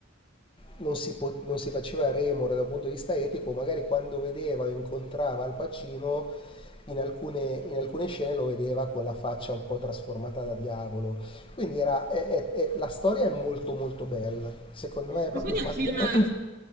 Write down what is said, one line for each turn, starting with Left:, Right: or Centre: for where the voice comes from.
Left: non si, po- non si faceva remore dal punto di vista etico, magari quando vedeva o incontrava Al Pacino in alcune, in alcune scene lo vedeva con la faccia un po' trasformata da diavolo. Quindi era, è- è- è- la storia è molto molto bella, secondo me è proprio
Right: Ma quindi
Left: fatta,
Right: è un film...
Left: <coughs>